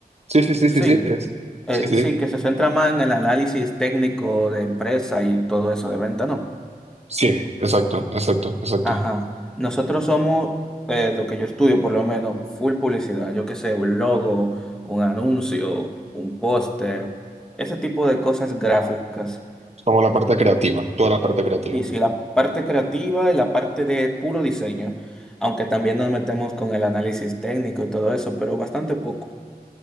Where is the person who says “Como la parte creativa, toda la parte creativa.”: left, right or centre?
Right